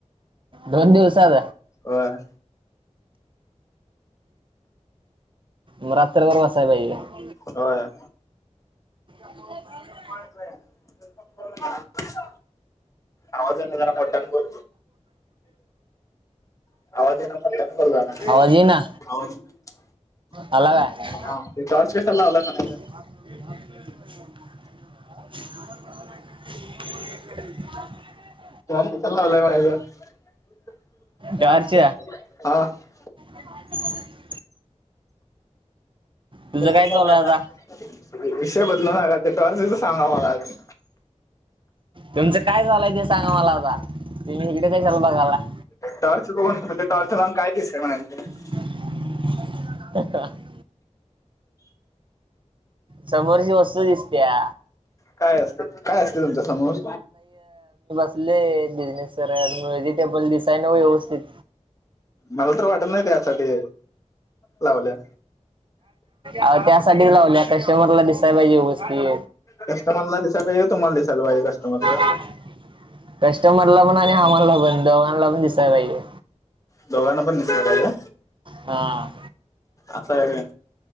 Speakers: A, on the right (about 45°); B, on the left (about 25°).
A: दोन दिवसात?
B: व्हय.
A: म रात्रीभर बसाय पाहिजे.
B: होय.
A: ह <inaudible>
B: <inaudible> आवाज येना जरा मोठ्यान बोल. आजेन चन ब
A: आवाज ये ना
B: <unintelligible>
A: आला काय?
B: हा टाँर्च कशाला लावला म्हणायचं?
A: <inaudible>
B: म हा <unintelligible>
A: टॉर्च <inaudible> तुझं
B: ब
A: काय
B: चलाय
A: चालू आहे आता
B: <unintelligible> विषय बदलू नका, ते टाँर्चच सांगा मला आधी?
A: तुमचं काय झालंय ते सांगा मला आता, तुम्ही इकडे काशाला बघायलाय?
B: टॉर्च कोण म्हजे टर्च लावून काय दिसतय म्हणायचं -
A: ह <inaudible> समोरची वस्तू दिसत्या.
B: काय असत काय असत तुमच्या समोर?
A: फुले बिझनेस सर <unintelligible> अ वेजिटेबल दिसाय नको व्यवस्थित.
B: मला तर वाटत नाही त्यासाठी, लावल्या.
A: आव त्यासाठीच लावल्या कस्टमरला दिसायला पाहिजे गोष्टी.
B: कस्टमरला दिसायला पाहिजे तुम्हाला दिसायला पाहिजे कस्टमरच
A: आ <inaudible> कस्टमरला पण आणि आम्हाला पण दोघांनला पण दिसायला पाहिजे.
B: दोघांना पण दिसलं पाहिजे,
A: हा
B: असं आहे व्हय.